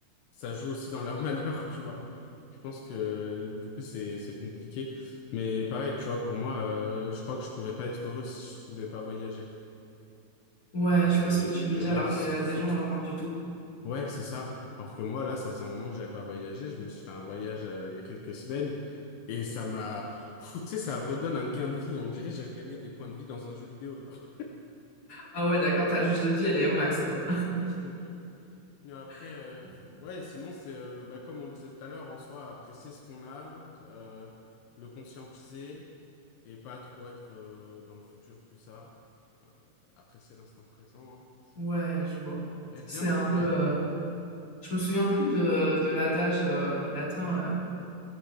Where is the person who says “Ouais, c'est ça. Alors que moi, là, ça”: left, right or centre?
Left